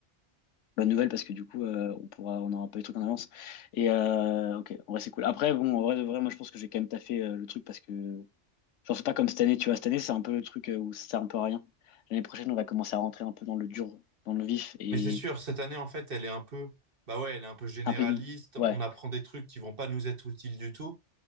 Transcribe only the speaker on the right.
Mais c'est sûr, cette année, en fait, elle est un peu, bah ouais, elle est un peu généraliste.
On apprend des trucs qui vont pas nous être utiles du tout.